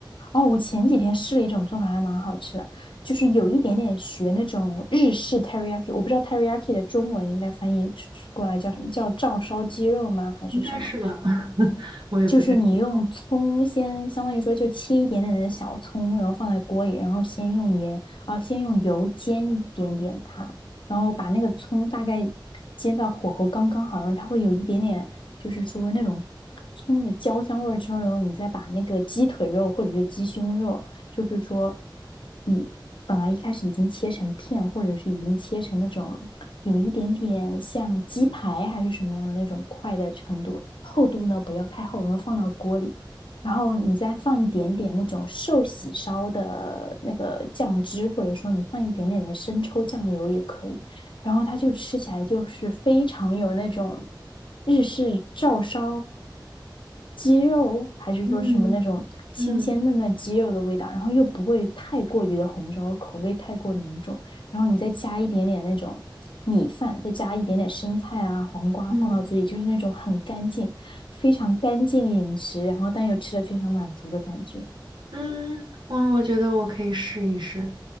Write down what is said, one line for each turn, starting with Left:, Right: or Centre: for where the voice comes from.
Left: 哦，我前几天试了一种做法，还蛮好吃的，就是有一点点学那种日式 teriyaki，我不知道 teriyaki 的中文应该翻译过来叫什么，叫照烧鸡肉吗？还是什么？
Right: 应该是吧，<laughs> 我也不太知道。
Left: 就是你用葱先，相当于说就切一点点的小葱，然后放在锅里，然后先用盐，啊，先用油煎一点点它，然后把那个葱大概煎到火候刚刚好，然后它会有一点点，就是说那种葱的焦香味儿之后，然后你再把那个鸡腿肉或者是鸡胸肉。就是说你本来一开始已经切成片，或者是已经切成那种有一点点像鸡排还是什么样的那种块的程度，厚度呢不要太厚，然后放到锅里，然后你再放一点点那种寿喜烧的那个酱汁，或者说你放一点点的生抽酱油也可以。然后它就吃起来就是非常有那种日式照烧鸡肉，还是说什么那种新鲜嫩嫩鸡肉的味道，
Right: 嗯嗯
Left: 然后又不会太过于的红烧，口味太过浓重，然后你再加一点点那种米饭，再加一点点生菜啊、黄瓜放到嘴里，
Right: 嗯
Left: 就是那种很干净、非常干净饮食，然后但又吃的非常满足的感觉。
Right: 嗯，我我觉得我可以试一试。